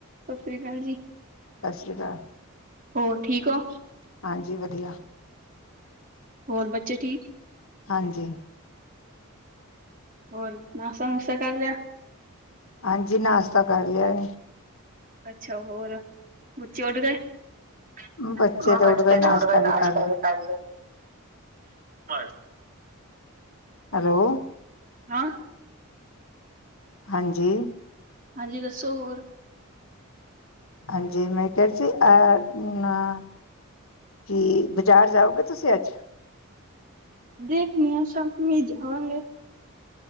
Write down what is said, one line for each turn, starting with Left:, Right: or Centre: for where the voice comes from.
Right: ਸਸ ਰੀ ਕਾਲ ਜੀ।
Left: ਸਸ ਰੀ ਕਾਲ।
Right: ਹੋਰ ਠੀਕ ਔ
Left: ਹਾਂਜੀ ਵਧੀਆ।
Right: ਹੋਰ ਬੱਚੇ ਠੀਕ।
Left: ਹਾਂਜੀ,
Right: ਹੋਰ ਨਾਸ਼ਤਾ ਨੁਸਤਾ ਕਰ ਲਿਆ।
Left: ਹਾਂਜੀ ਨਾਸ਼ਤਾ ਕਰ ਲਿਆ ਐ।
Right: ਅੱਛਾ ਹੋਰ ਬੱਚੇ ਉੱਠ ਗਏ। <unintelligible>
Left: ਬੱਚੇ ਤੇ ਉੱਠ ਗਏ
Right: ਤੇੜ ਕੋਈ ਨਾਸ਼ਤਾ
Left: ਵੀ ਕਰ ਲਿਆ
Right: ਕੀਤਾ। <inaudible>
Left: ਹੈਲੋ,
Right: ਹੈਂ,
Left: ਹਾਂਜੀ,
Right: ਹਾਂਜੀ, ਦੱਸੋ ਹੋਰ
Left: ਹਾਂਜੀ ਮੈਂ ਕਿਹ ਰਹੀ ਸੀ, ਅ ਆ ਕਿ ਬਾਜ਼ਾਰ ਜਾਓਗੇ ਤੁਸੀਂ ਅੱਜ
Right: ਦੇਖਣੀ ਆ ਸ਼ਾਮੀ ਜਾਵਾਂਗੇ।